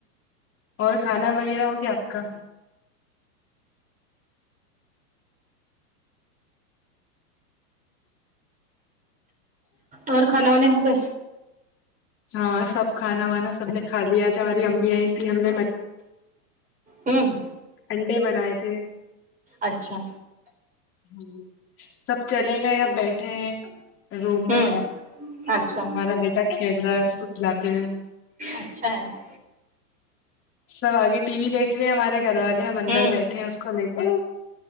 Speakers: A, on the left (about 30°); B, on the right (about 15°).
A: اور کھانا وغیرہ ہو گیا آپ کا
B: اور کھانے وانے ہوگئے
A: ہاں سب کھانا وانا سب نے کھا لیا آج ہماری امی آئی تھیں ہم نے
B: ہوں
A: انڈے بنائے تھے
B: اچھا
A: ہاں سب چلے گئے یا بیٹھے ہیں روم میں
B: ہوں اچھا
A: ہمارا بیٹا کھیل رہا ہے اس کو کھلاتے ہوئے
B: اچھا ہے ناں
A: سب آگے ٹی وی دیکھ رہے ہمارے گھر والے ہم اندر
B: ہوں
A: بیٹھے ہیں اس کو لے کے